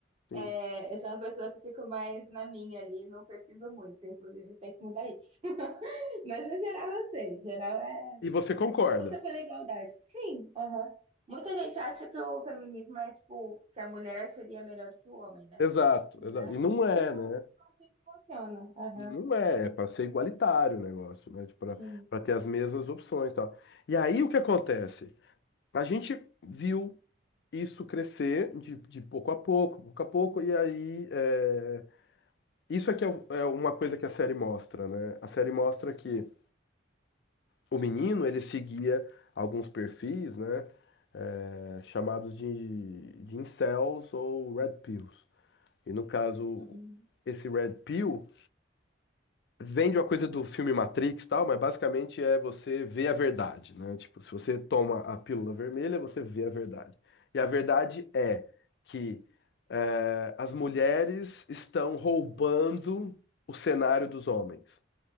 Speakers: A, on the left; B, on the right.
A: Sim.
B: É, eu sou uma pessoa que fico mais na minha ali, não pesquiso muito, inclusive tem que mudar isso. <laughs> Mas no geral eu sei, geral é,
A: E você concorda.
B: é tipo luta pela igualdade. Sim, aham. Muita gente acha que o feminismo é tipo que a mulher seria melhor do que o homem, né?
A: Exato,
B: Mas
A: exato. E não é,
B: não
A: né?
B: não é assim que funciona. Aham,
A: Não é, é para ser igualitário o negócio, né? Tipo, Para
B: Sim.
A: para ter as mesmas opções, e tal. E aí o que acontece? A gente viu isso crescer de, de pouco a pouco, pouco a pouco, e aí é, isso é que é, o- é uma coisa que a série mostra, né? A série mostra que o menino ele seguia alguns perfis, né? é, chamados de, de incels ou red pills. E no caso,
B: Uhum.
A: esse red pill vende uma coisa do filme Matrix e tal, mas basicamente é você ver a verdade, né? Tipo, se você toma a pílula vermelha, você vê a verdade. E a verdade é que eh, as mulheres estão roubando o cenário dos homens.